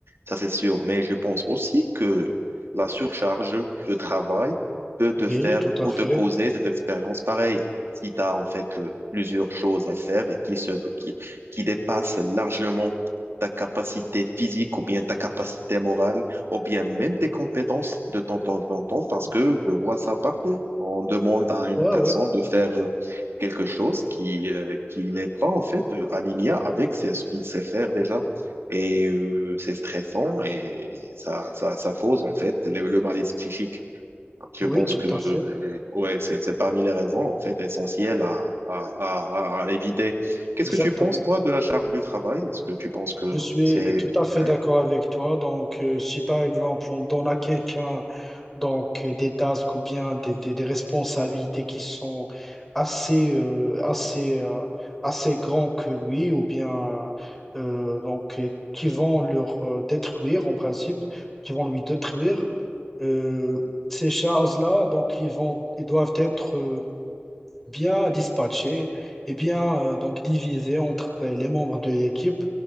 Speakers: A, on the right; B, in the centre.
A: ça c'est sûr. Mais je pense aussi que la surcharge de travail peut te
B: oui,
A: faire,
B: tout
A: peut
B: à fait.
A: te causer des expériences pareilles. Si tu as en fait euh, plusieurs choses à faire et qui se, qui, qui dépassent largement ta capacité physique ou bien ta capacité morale ou bien même tes compétences de temps en temps, parce que je vois ça partout. On demande à une
B: Ouais,
A: personne
B: ouais.
A: de faire euh, quelque chose qui, euh, qui n'est pas en fait euh, aligné avec ce ce qu'il sait faire déjà. Et euh, c'est stressant et ça, ça, ça cause en fait le, le malaise psychique. Je
B: Oui,
A: pense
B: tout
A: que euh,
B: à fait.
A: ouais, c'est, c'est parmi les raisons en fait essentielles à, à, à, à éviter. Qu'est-ce
B: Exactement.
A: que tu penses toi de la charge du travail? Est-ce que tu penses que
B: Je suis
A: c'est...
B: tout à fait
A: Ouais,
B: d'accord avec toi. Donc, euh, si par exemple on donne à quelqu'un donc euh, des tasks ou bien des, des- des responsabilités qui sont assez euh, assez euh, assez grands que lui ou bien euh, donc euh, qui vont leur euh, détruire en principe, qui vont lui détruire euh, ces charges-là. Donc, ils vont ils doivent être euh, bien dispatché et bien euh, donc divisé entre les membres de l'équipe